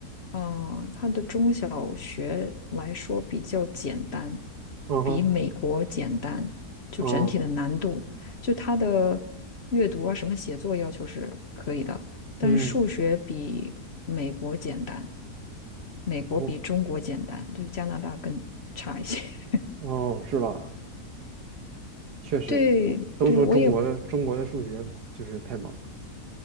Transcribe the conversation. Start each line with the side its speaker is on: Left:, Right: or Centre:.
Left: 嗯，它的中小学来说比较简单，
Right: 嗯哼
Left: 比美国简单，就整体的难度，
Right: 哦
Left: 就它的阅读啊，什么写作要求是可以的，但是数学比美国简单，
Right: 嗯
Left: 美国比中国简单，
Right: 哦
Left: 就加拿大更差一些。<laughs>
Right: 哦，是吧？确实，
Left: 对对，
Right: 都说中国的中国的数学就是太忙。
Left: 我也